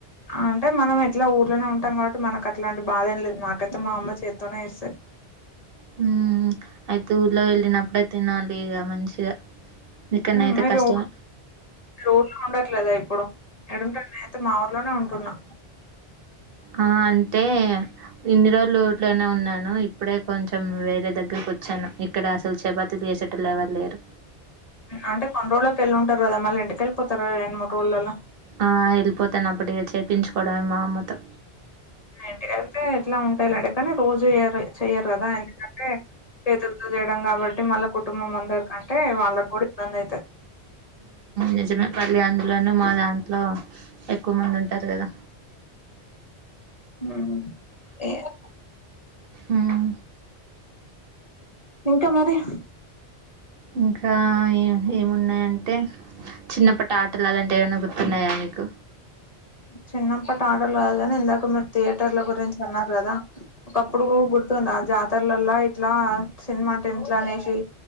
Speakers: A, on the left; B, on the right.
A: అంటే మనం ఎట్లా ఊర్లోనే ఉంటాం కాబట్టి మనకు అట్లాంటి బాధ ఏం లేదు మాకైతే మా అమ్మ చేతితోనే ఇస్తాది.
B: హ్ అయితే ఊర్లో వెళ్ళినప్పుడే తినాలి ఇగ మంచిగా ఇక్కడనయితే
A: హ్మ్ మీరు
B: కష్టమే
A: మీరు ఊర్లో ఉండట్లేదా ఇప్పుడు ఎడుంటా నేను అయితే మా ఊర్లోనే ఉంటున్నా
B: ఆ అంటే ఇన్ని రోజులు ఊర్లోనే ఉన్నాను ఇప్పుడే కొంచెం వేరే దగ్గరకు వచ్చాను ఇక్కడ అసలు చపాతీలు చేసేటోల్లు ఎవరు లేరు
A: అంటే కొన్ని రోజులకి వెళ్ళి ఉంటారు కదా మళ్ళీ ఇంటికేల్లిపోతారు రెండు మూడు రోజులల్ల
B: ఆ వెళ్ళిపోతాను అప్పుడు ఇగా చేపించుకోవడమే మా అమ్మతో
A: ఇంటికెళ్తే ఇట్లా ఉంటాలాండి కాని రోజు చేయ్యరు చెయ్యరు కదా ఎందుకంటే చేతులతో చేయడం కాబట్టి మళ్ళ కుటుంబం అందరికంటే వాళ్ళకి కూడా ఇబ్బంది అయితది
B: నిజమే మళ్ళీ అందులోనూ మా దాంట్లో ఎక్కువ మంది ఉంటారు కదా
A: హ్ ఏయా
B: హ్మ్.
A: ఇంకా మరి
B: ఇంకా ఏమున్నాయంటే చిన్నప్పటి ఆటలు అలాంటివి ఏమైనా గుర్తున్నాయా మీకు
A: చిన్నప్పటి ఆటలు కాదు కానీ ఇందాక మీరు థియేటర్ల గురించి అన్నారు కదా ఒకప్పుడు గుర్తుంద ఆ జాతరలలా ఇట్లా సినిమా టేమ్ట్ల అనేసి